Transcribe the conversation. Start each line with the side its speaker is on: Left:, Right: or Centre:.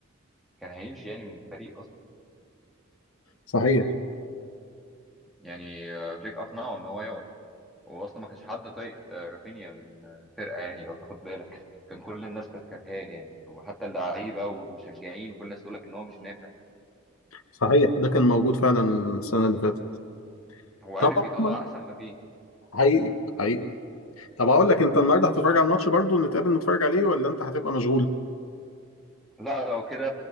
Centre: كان هيمشي يعني من الفريق اصلا
Left: صحيح
Centre: يعني آه، فليك اقنعه ان هو يقعد هو اصلا ما كانش حد طايق آه، رافينيا من آه، الفرقه يعني لو تاخد بالك كان كل الناس كانت كارهاه يعني وحتى اللعيبه والمشجعين وكل الناس تقول لك ان هو مش نافع
Left: صحيح ده كان موجود فعلا السنة اللي فاتت
Centre: هو
Left: طبعا
Centre: عارف يطلع احسن ما فيه
Left: حقيقي حقيقي طب اقول لك انت النهارده هتتفرج على الماتش برضو نتقابل نتفرج عليه ولا انت هتبقى مشغول
Centre: لا لو كده